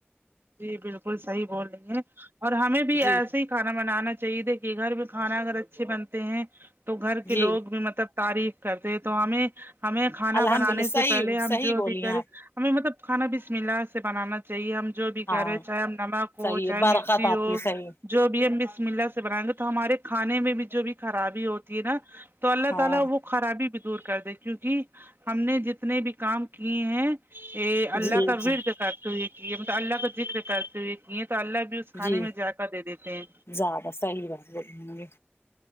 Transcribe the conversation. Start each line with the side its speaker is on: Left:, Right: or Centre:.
Right: جی بالکل صحیح بول رہی ہیں اور ہمیں بھی ایسا
Left: جی
Right: ہی کھانا بنانا چاہیے دیکھیے گھر میں کھانا اگر اچھے بنتے ہیں تو گھر کے
Left: جی
Right: لوگ بھی مطلب تعریف کرتے ہیں تو ہمیں ہمیں کھانا
Left: الحمد
Right: بنانے
Left: للہ صحیح
Right: سے پہلے ہم
Left: صحیح
Right: جو
Left: بولی
Right: بھی کریں
Left: ہیں آپ
Right: ہمیں مطلب کھانا بسم اللہ اسے بنانا چاہیے ہم جو بھی
Left: ہاں
Right: کریں چاہے ہم نمک ہو
Left: صحیح
Right: چاہے
Left: ہے برکت
Right: مرچی
Left: آتی
Right: ہو
Left: ہے صحیح
Right: جو بھی ہم بسم اللہ سے بنائیں گے تو ہمارے کھانے میں بھی جو بھی خرابی ہوتی ہے نا تو اللہ
Left: ہاں
Right: تالا وہ خرابی بھی دور کر دے کیونکی ہم نے جتنے بھی کام کیے ہیں یے اللہ
Left: جی
Right: کا ورد
Left: جی
Right: کرتے ہوئے کی ہے مطلب اللہ کا ذکر کرتے ہوئے کیے تو اللہ بھی اس کھانے
Left: جی
Right: میں ذائقہ دے دیتے ہیں
Left: زیادہ صحیح بات بولیں گے